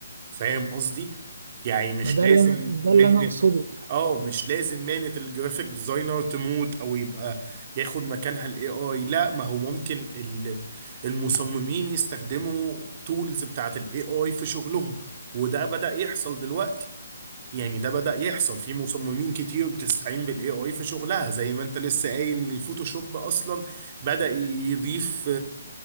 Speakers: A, on the right (about 25°); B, on the right (about 50°).
A: فاهم قصدي يعني مش
B: ما ده
A: لازم
B: اللي أنا ده
A: مهنة
B: اللي أنا أقصده
A: اه مش لازم مهنة الجرافيك ديزاينر تموت او يبقى ياخد مكانها الاي اي لا ما هو ممكن ال- المصممين يستخدموا تولز بتاعت الاي اي في شغلهم وده بدأ يحصل دلوقتي يعني ده بدأ يحصل في مصممين كتير بتستعين بالاي اي في شغلها زي ما انت لسه قايل ان الفوتوشوب اصلا بدأ يضيف